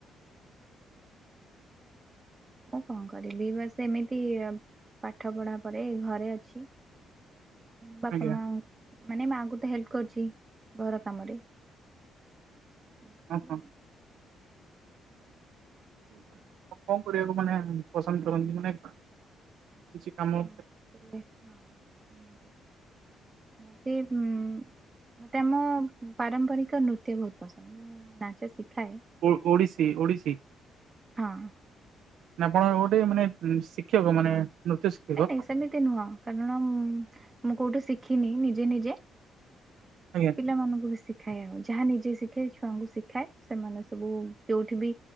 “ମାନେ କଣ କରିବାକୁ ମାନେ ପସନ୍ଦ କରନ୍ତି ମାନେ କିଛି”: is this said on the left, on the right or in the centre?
Right